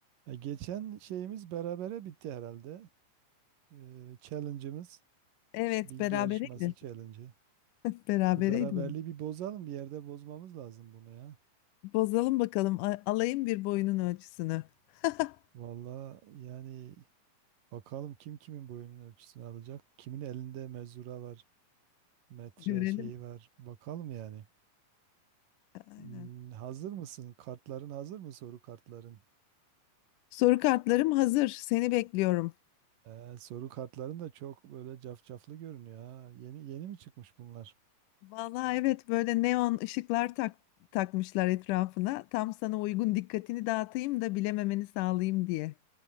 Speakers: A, on the right; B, on the left.
A: E, geçen şeyimiz berabere bitti herhalde. E, challenge'ımız,
B: Evet
A: bilgi
B: berabereydi.
A: yarışması challenge'ı.
B: <laughs> Berabereydi.
A: Bu beraberliği bir bozalım, bir yerde bozmamız lazım bunu ya.
B: Bozalım bakalım. A- Alayım bir boyunun ölçüsünü. <laughs>
A: Valla yani bakalım kim kimin boyunun ölçüsünü alacak. Kimin elinde mezura var, metre
B: Görelim.
A: şeyi var. Bakalım yani.
B: Aynen.
A: Hmm, hazır mısın? Kartların hazır mı soru kartların?
B: Soru kartlarım hazır. Seni bekliyorum.
A: E, soru kartların da çok böyle cafcaflı görünüyor ha. Yeni yeni mi çıkmış bunlar?
B: Vallahi evet böyle neon ışıklar tak takmışlar etrafına. Tam sana uygun dikkatini dağıtayım da bilememeni sağlayayım diye.